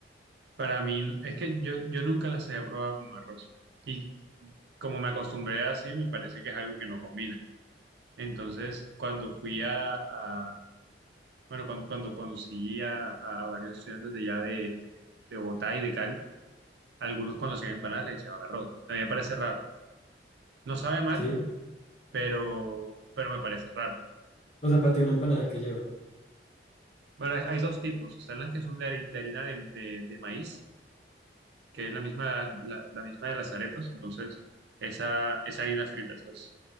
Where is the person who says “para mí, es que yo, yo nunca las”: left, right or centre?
Right